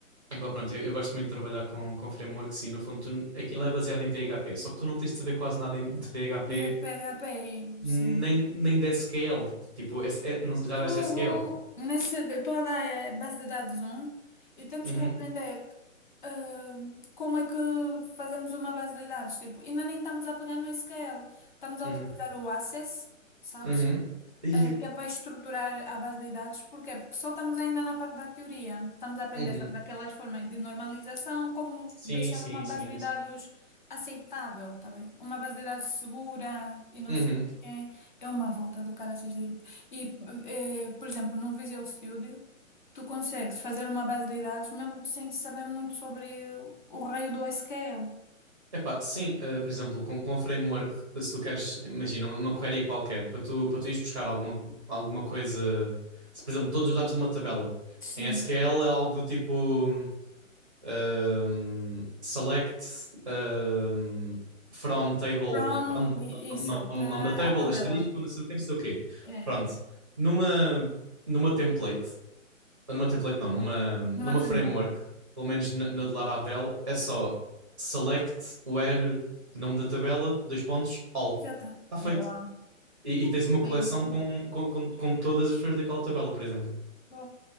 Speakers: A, on the right; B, on the left.
A: epá, pronto, eu, eu gosto muito de trabalhar com, com frameworks e no fundo tu- aquilo é baseado em PHP, só que tu não tens de saber quase nada em- de PHP
B: E é PHP, e
A: nem,
B: sim.
A: nem de SQL. Tipo, S- é- não- já
B: Fogo
A: deste SQL?
B: nessa tua ideia é base de dados um e temos
A: Uhum,
B: que aprender ah, como é que fazemos uma base de dados. Tipo, ainda nem estamos a pegar no SQL, estamos a
A: uhum,
B: utilizar o Access, sabes?
A: uhum. Ia-
B: eh, que é para estruturar à base de dados, porquê? Porque só estamos ainda na parte da teoria. Estamos a aprender,
A: Uhum.
B: sabes, aquelas formas de normalização, como
A: Sim,
B: deixar
A: sim,
B: uma base
A: sim.
B: de dados
A: sim.
B: aceitável, tá bem? Uma base de dados segura e não
A: Uhum.
B: sei o quê. É uma volta do caraças, digo E, eh, por exemplo, no Visual Studio, tu consegues fazer uma base de dados mesmo sem saber muito sobre o raio do SQL.
A: Epá, sim, eh, por exemplo, com, com o framework, se tu queres, imagina, uma, uma query qualquer, para tu, para tu ires buscar alguma, alguma coisa, se, por exemplo, todos os dados de uma tabela,
B: Sim.
A: em SQL é algo do tipo. um, select um, from table,
B: From,
A: pronto,
B: i- isso,
A: nome,
B: para
A: nome da table,
B: a tabela.
A: asterisco, não sei o quê, não sei o quê.
B: É,
A: Pronto, numa, numa template, numa template não, numa, numa
B: numa framework.
A: framework, pelo menos na, na de Laravel, é só select where, nome da tabela, dois pontos, all.
B: Exato.
A: Está feito.
B: Boa.
A: E, e tens uma coleção
B: É isso.
A: com, com, com, com todas as pessoas daquela tabela, por exemplo.
B: Pô,